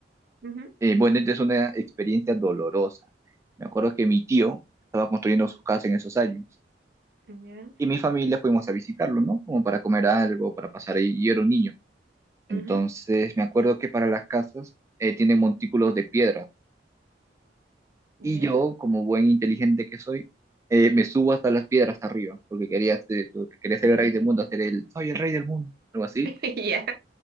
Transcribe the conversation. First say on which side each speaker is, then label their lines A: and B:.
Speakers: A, on the right; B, on the right.
A: Ujú,
B: eh, bueno, esta es una experiencia dolorosa. Me acuerdo que mi tío estaba construyendo su casa en esos años
A: Ya,
B: y mi familia fuimos a visitarlo, ¿no? Como para comer algo, para pasar ahí. Y yo era un niño. Entonces,
A: ujú,
B: me acuerdo que para las casas eh, tienen montículos de piedras.
A: ya.
B: Y yo, como buen inteligente que soy, eh, me subo hasta las piedras arriba, porque quería ser, porque quería ser
A: <laughs>
B: el rey del mundo, hacer el, soy el rey del mundo, algo así.
A: <laughs> Ya.